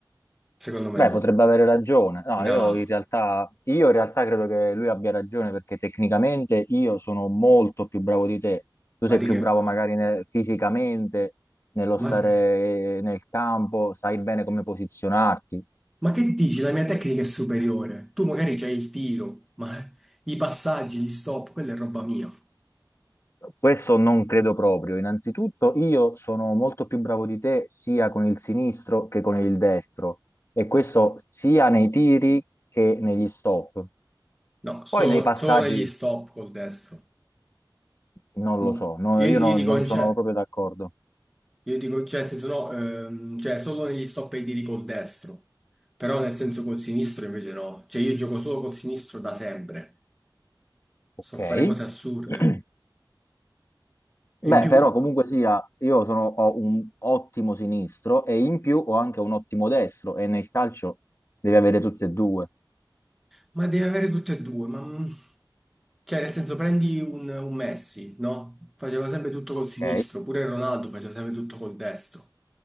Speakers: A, in the centre; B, on the left (about 35°).
A: Secondo me
B: Beh,
A: no.
B: potrebbe avere ragione. No,
A: No,
B: io in realtà, io in realtà credo che lui abbia ragione perché tecnicamente io sono molto più bravo di te. Tu
A: ma
B: sei
A: di
B: più
A: che
B: bravo
A: parli?
B: magari ne- fisicamente, nello
A: Ma,
B: stare
A: che-
B: eh, nel campo, sai bene come posizionarti.
A: ma che dici? La mia tecnica è superiore. Tu magari c'hai il tiro, ma i passaggi, gli stop, quella è roba mia.
B: Questo non credo proprio. Innanzitutto, io sono molto più bravo di te sia con il sinistro che con il destro, e questo
A: Eh,
B: sia nei tiri che negli stop.
A: No, solo,
B: Poi nei passaggi.
A: solo negli stop col destro.
B: Non
A: Ma
B: lo so, no,
A: io,
B: io
A: io
B: no-
A: dico
B: non
A: in
B: sono
A: cioè,
B: proprio d'accordo.
A: io dico, cioè, nel senso no, ehm, cioè solo negli stop e i tiri col destro. Però nel senso col sinistro invece no. Cioè io gioco solo col sinistro da sempre.
B: Ok.
A: So fare cose assurde.
B: <clears throat> Beh,
A: E in più,
B: però comunque sia, io sono, ho un ottimo sinistro e in più ho anche un ottimo destro e nel calcio devi avere tutte e due,
A: ma deve avere tutte e due. Ma... mm, Cioè nel senso prendi un, un Messi, no? Faceva sempre tutto col
B: ok?
A: sinistro. Pure il Ronaldo faceva sempre tutto col destro.